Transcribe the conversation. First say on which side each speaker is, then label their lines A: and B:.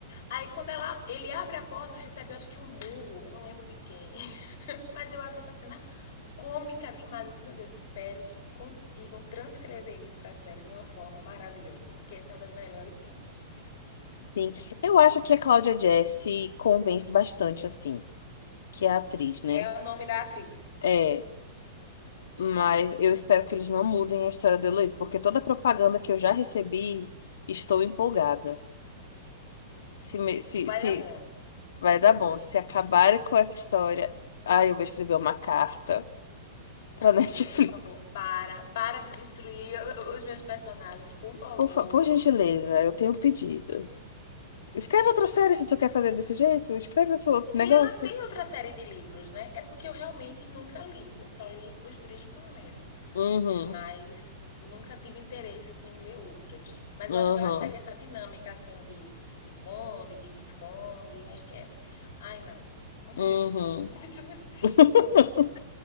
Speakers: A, on the left; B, on the left.
A: Aí quando ela, ele abre a porta, recebe acho que um murro, eu não lembro de quem. <laughs> Mas eu acho essa cena cômica demais. Eu disse, meu Deus, espero que consigam transcrever isso para a série de uma forma maravilhosa, porque essa é uma das melhores cenas.
B: sim. Eu acho que a Cláudia Jesse convence bastante, assim, que é a atriz, né?
A: É o nome da atriz.
B: É, mas eu espero que eles não mudem a história da Heloísa, porque toda a propaganda que eu já recebi, estou empolgada. Se, me- se,
A: Vai
B: se,
A: dar bom.
B: Vai dar bom. Se acabarem com essa história, ai, eu vou escrever uma carta pra
A: Amiga,
B: <laughs> Netflix.
A: por favor, para, para de destruir os meus personagens, por favor.
B: Por, fa- por gentileza, eu tenho um pedido. Escreve
A: Sim,
B: outra série se tu quer fazer desse jeito. Escreve outro outro negócio.
A: E ela tem outra série de livros, né? É porque eu realmente nunca li. Eu só li os Bridgerton mesmo.
B: Uhum,
A: Mas nunca tive interesse, assim, em ler outras. Mas
B: uhum,
A: eu acho que ela segue essa dinâmica, assim, de, de conde, de visconde. Eu acho que é... Ai, não. Muito
B: uhum.
A: triste. <laughs> Muito, muito triste.
B: <laughs>